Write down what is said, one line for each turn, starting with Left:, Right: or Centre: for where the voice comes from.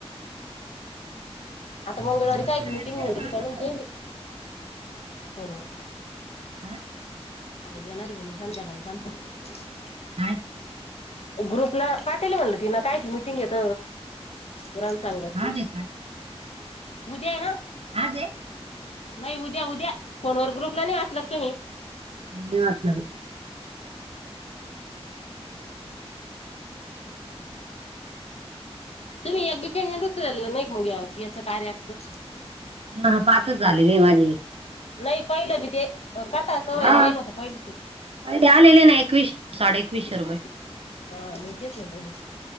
Left: आता मंगळवारी
Right: मग
Left: काय
Right: आता
Left: मीटिंग
Right: ऍड केलं
Left: म्हणली
Right: तर आता
Left: <unintelligible>
Right: नाही होत
Left: फोनवर
Right: हा?
Left: आज येणारे बणी संध्याकाळी <unintelligible>
Right: काय?
Left: ग्रुपला पाटेल म्हणलं ती ना कायच मिटिंग घेत. ग्रामसांघाची
Right: आज आहे काय
Left: उद्या आहे ना?
Right: आज ये?
Left: नाही उद्या उद्या फोनवर ग्रुपला नाही वाचला का तुम्ही?
Right: नाही वाचलं
Left: तुम्ही एक बी पेमेंट उचलेल नाही का मग याच कार्य च्?
Right: ह ह पाच झालेली माझी.
Left: नाही पहिलं बी ते. काटाच वय
Right: हा
Left: येलो होत पहिली चिट
Right: अरे ते आलेले ना एकवीसशे साडे एकवीसशे
Left: हा.
Right: रुपये.
Left: म तेचं म्हणतान घेतलं.